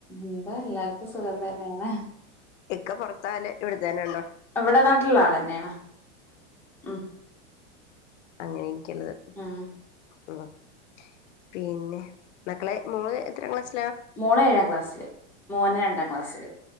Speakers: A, in the centre; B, on the left.
A: എന്താ എല്ലാർക്കും സുഖം തന്നെയാണ്
B: ഇക്ക പുറത്താല് ഇവിടെത്തന്നെ ഉണ്ടോ
A: എവിടെ നാട്ടിലുള്ള ആൾ തന്നെയാണാ ഉം
B: അങ്ങനെ ിക്കുള്ളത്
A: ഉം
B: ഉ പിന്നെ മക്കളെ മോള് എത്ര ക്ലാസ്
A: മോൾ ഏഴാം ക്ലാസ് െ <unintelligible> മോൻ രണ്ടാം ക്ലാസ്സില്